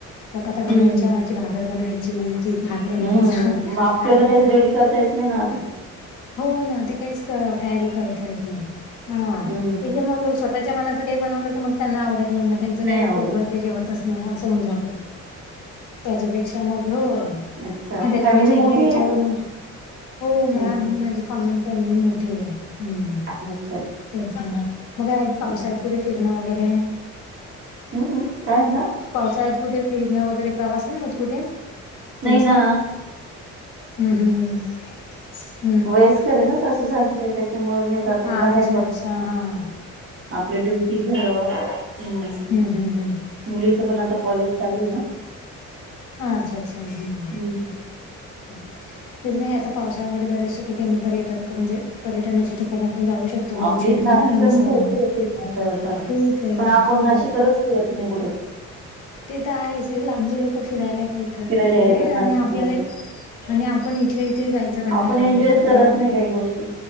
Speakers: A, on the left; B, on the right.
A: चपाता
B: हम्म
A: बनवायच्या की भाकर बनवायची कि भात बनवायचा.
B: हम्म मग आपल्याला
A: काय
B: काहीच रेडी करताय नाही ना, तेच.
A: हो, ना. ते काहीच त तयारी करता येत नाही. ह.
B: हम्म
A: मग स्वतःच्या मनाचं काही बनवलं की, मग त्यांना आवडत नाही. मग त्यांचं काही
B: नाही आवडत
A: पोटभरते. जेवतच नाही. असं होऊन जात. त्याच्यापेक्षा मग, हो.
B: अच्छा
A: त्याच्यापेक्षा
B: फॅमिली
A: एकदा
B: मोठी
A: विचारून.
B: आहे
A: हो. म
B: हम्म हम्म
A: माझे कॉमेंट फॅमिली, मोठीय. हं.
B: <unintelligible>
A: तेच मग. उन्हाळ्यात - पावसाळ्यात
B: हम्म
A: कुठं फिरणं वगैरे.
B: अं, अं. काय म्हणता?
A: पावसाळ्यात कुठे? फिरण वगैरे प्रवास नाही होत. कुठे,
B: नाही
A: तुमचा?
B: ना
A: हम्, हम्. <inaudible>
B: वयस्करय ना सासू -सासरे. त्याच्यामुळे नाही जाता
A: हां,
B: येत बाहेर.
A: अच्छा, अच्छा. हा.
B: आपले ड्युटी भलं. हम्.
A: हं, हं, हं.
B: मुलीच पण आता कॉलेज चालूय ना.
A: ह. अच्छा - अच्छा. हम्म.
B: हम्, ह.
A: <unintelligible> आता, पावसाळ्यामध्ये, बऱ्याचशा ठिकाणी पर्यटक म्हणजे, पर्यटनाच्या ठिकाणी आपण जाऊ शकतो, बघू
B: आपलीच
A: शकतो
B: नाशिकला
A: ना निसर्ग.
B: भर <unintelligible>
A: खूप आहे.
B: पण आपण
A: हो.
B: नाशिकरच फिरत नाही, कुठंच.
A: ते तर आहेस. हे लांबचेे लोक फिरायला येत इक
B: फिरायला
A: -इकडे
B: येतात नाशिकमध्ये
A: आणि आपल्याला आणि आपण इथले इथे, जायचा कंटाळा
B: आपण एन्जॉयच
A: करतो.
B: करत
A: कि, बा
B: नाही काही गोष्टी